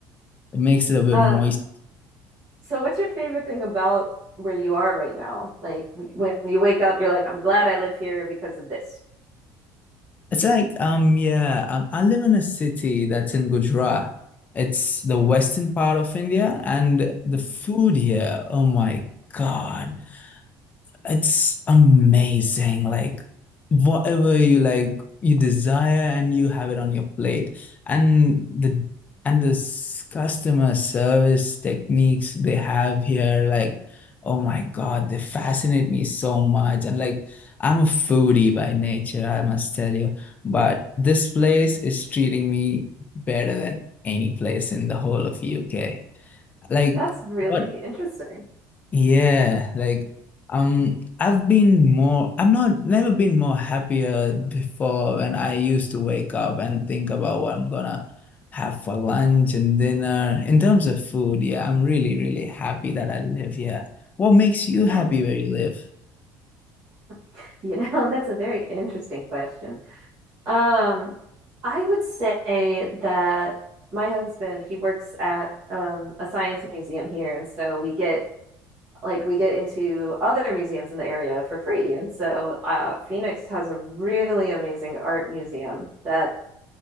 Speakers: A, on the left; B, on the right.
A: It makes it a bit
B: Uh,
A: moist.
B: so what's your favorite thing about where you are right now? Like w- when you wake up, you're like, I'm glad I live here because of this.
A: It's like um yeah um, I live in a city that's in Gujarat. It's the
B: Mhm.
A: western part of India and the
B: Mhm.
A: food here, oh my God. It's amazing. Like whatever you like, you desire and you have it on your plate. And the and the s- customer service techniques they have here, like, oh my God, they fascinate me so much. And like I'm a foodie by nature, I must tell you. But this place is treating me better than any place in the whole of UK. Like
B: That's really
A: what?
B: interesting.
A: Yeah, like um I've been more I'm not never been more happier before when I used to wake up and think about what I'm gonna have for lunch and dinner. In terms of food, yeah, I'm really, really happy that I live here. What makes you happy
B: Oh,
A: where you live?
B: <laughs> you know, that's a very interesting question. Um, I would say that my husband, he works at um, a science museum here, and so we get like we get into other museums in the area for free. And so uh, Phoenix has a really amazing art museum that